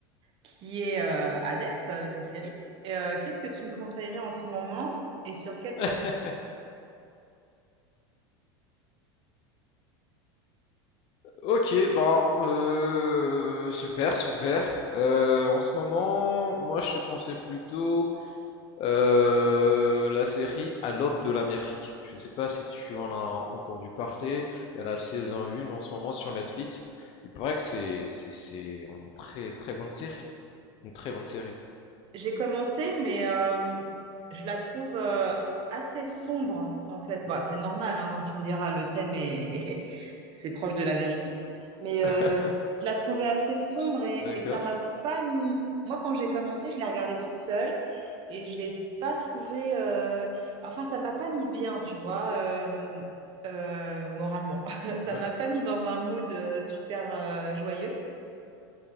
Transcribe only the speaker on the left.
<laughs>
Ok, ben, euh, super, super. Euh, en ce moment, moi je te conseille plutôt euh, la série À l'aube de l'Amérique. Je sais pas si tu en as entendu parler. Il y a la saison 1 en ce moment sur Netflix. Il paraît que c'est c'est c'est une très très bonne série, une très bonne série.
<laughs>
D'accord.
Ouais.